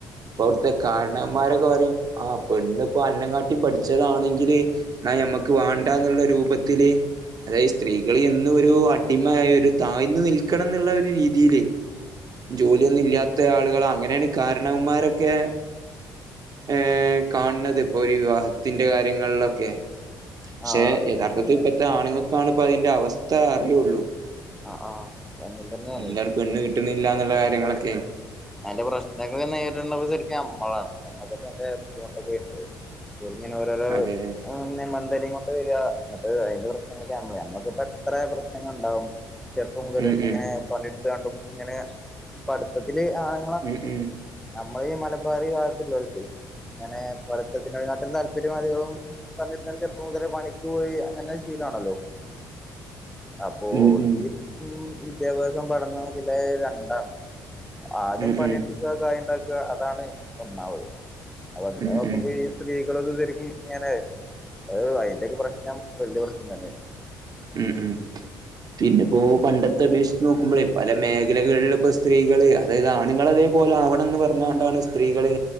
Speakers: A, on the right; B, in the centre.
A: പ്പോ അവ്ട്ത്തെ കാരണവന്മാരെക്കെ പറിം ആഹ് പെണ്ണ്പ്പൊ അന്നങ്ങാട്ടിം പഠിച്ചതാണെങ്കില് ഇന്നാ ഞമ്മക്ക് വാണ്ടാന്ന്ള്ള രൂപത്തില് അതായെ സ്ത്രീകള് എന്നൊരു അടിമയായൊരു താഴ്ന്നു നിൽക്കണന്ന്ള്ളൊര് രീതീല് ജോലിയൊന്നും ഇല്ലാത്ത ആളുകളാ അങ്ങനേണ് കാരണവന്മാരെക്കെ ഏഹ് കാൺണത് ഇപ്പൊര് വിവാഹത്തിന്റെ കാര്യങ്ങള്ലൊക്കെ
B: ആഹ്
A: ക്ഷേ
B: അതെ
A: യഥാർ ത്ഥത്തിൽ പെട്ട ആണ്ങ്ങക്കാണ് ഇപ്പ അയിന്റെ അവസ്ഥ അറിയോള്ളു
B: ആഹ് ആഹ് അങ്ങനെ തന്നെയാണ്
A: എന്താണ് പെണ്ണ് കിട്ട്ണില്ലാന്ന്ള്ള കാര്യങ്ങളെക്കെ
B: അയ്ന്റെ പ്രശ്നങ്ങള് നേരിട്ണവര് ശരിക്ക് ഞമ്മളാണ് ഞമ്മക്കാ ഇപ്പയ്ന്റെ ബുദ്ധിമുട്ടൊക്കെ വെര്ണത് ഓല് ഇങ്ങനെ ഓരോരോ
A: അതെ അതെ
B: ആഹ് പിന്നെ മന്തലീ മ പ്പവര്യാ എന്നിട്ട് അയ്ന്റെ പ്രശ്നങ്ങളൊക്കെ ഞമ്മള് ഞമ്മക്ക്പ്പെത്രേ പ്രശ്നങ്ങള് ഇണ്ടാവും ചെർപ്പം മുതലന്നെ
A: ഉം ഉം
B: ഇങ്ങനെ പണിട്ത്ത്ക്കാണ്ടും ഇങ്ങനെ പഠ്ത്തത്തില് ആഹ്
A: ഉം ഉം
B: ഞമ്മളീ മലബാറി ഭാത്ത് ഇല്ലോല്ക്കെ ഇങ്ങനെ പഠിത്തത്തിനേക്കാട്ടിം താല്പര്യം അധികവും പണിയിട് ക്കാൻ ചെറുപ്പം മുതലേ പണിക്ക് പോയി അങ്ങനെ ശീലാണല്ലോ അപ്പോൾ
A: ഉം ഉം
B: ഉം വിദ്യാഭ്യാസം പഠനോക്കില്ലെ രണ്ടാണ് ആദ്യം
A: ഉം
B: പണിട്
A: ഉം
B: ക്കാ കായിണ്ടാക്കാ അതാണ് ഒന്നാമത് അതന്നെ
A: ഉം
B: നോക്കുമ്പോ
A: ഉം
B: ഈ സ്ത്രീകളൊക്കെ ശരിക്കും ഇങ്ങനെ അഹ് അയിന്റൊക്കെ പ്രശ്നം വല്ല്യോ പ്രശ്നം തന്നേണ്
A: ഉം ഉം പിന്നെപ്പോ പണ്ടത്തെ അപേക്ഷിച്ച് നോക്കുമ്പഴേ പല മേഖലകള്ല്പ്പോ സ് ത്രീകള് അതായത് ആണ്ങ്ങളെ അതേപോലെ ആവണന്ന് പറഞ്ഞാണ്ടാണ് സ്ത്രീകള്